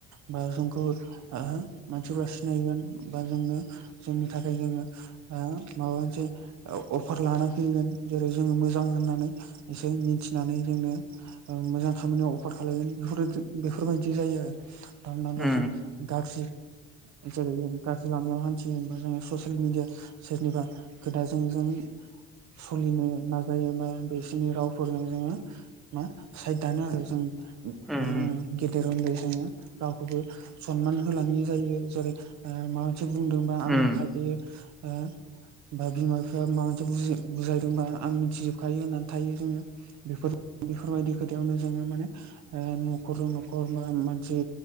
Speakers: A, on the right; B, in the centre.
A: बा जोंखौ ओ मानसिफ्रा सिनायगोन बा जोङो जोंनि थाखाय जोङो ओ माबा मोनसे अफार लाना फैगोन जेरै जोङो मोजां होननानै एसे मिथिनानै जोंनो ओ मोजां खामानियाव अफार खालागोन बेफोर बेफोरबायदि जायो आरो दा हमना
B: उम
A: ला
B: उम
A: जों गाज्रि जेरै जों गाज्रि लामायाव हानथियोबा जोङो ससियेल मिडिया सोरनिबा खोथाजों जों सलिनो नाजायोबा बिसोरनि रावफोरजों जोङो मा साइद दानो आरो जों
B: उम
A: ओ गेदेर उनदै जोङो रावखौबो सनमान होलाङि जायो जेरै ओ माबा मोनसे बुंदोंबा आरो
B: उम
A: खायफाया ओ दा बिमा बिफाया मा बु बुजायदोंबा आं मिथिजोबखायो होननानै थायो जोङोफोर बेफोर बेफोरबायदि खोथायावनो जोङो माने ओ नखरजों न'खर मानसि